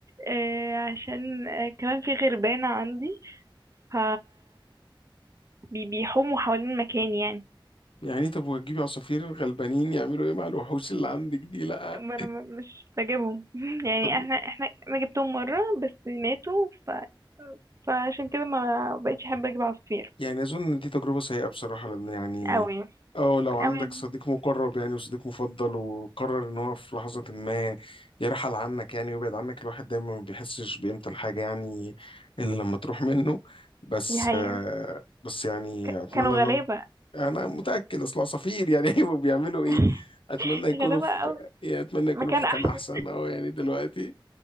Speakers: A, on the right; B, on the left.
A: آه عشان آه كمان في غربانة عندي ف بي- بيحوموا حوالين مكاني يعني
B: يعني طب وهتجيبي عصافير الغلبانين يعملوا ايه مع الوحوش اللي عندك دي لا
A: ما انا م- مش بجيبهم <laughs> يعني
B: طب
A: احنا احنا انا جبتهم مرة بس ماتوا ف... فعشان كده ما بقتش احب اجيب عصافير
B: يعني أظن إن دي تجربة سيئة بصراحة لأن يعني
A: قوي
B: أو لو عندك
A: قوي
B: صديق مقرب يعني وصديق مفضل وقرر إن هو في لحظة ما يرحل عنك يعني ويبعد عنك الواحد دايما ما بيحسش بقيمة الحاجة يعني إلا لما تروح منه بس
A: دي حقيقة
B: آه، بس يعني
A: ك-
B: أتمنى
A: كانوا
B: إن
A: غلابة
B: هم انا متاكد اصل عصافير يعني <laughs> هيبقوا بيعملوا
A: <laughs>
B: ايه اتمنى يكونوا
A: غلابة
B: في يعني اتمنى يكونوا
A: مكان
B: في مكان
A: احسن
B: احسن اه يعني دلوقتي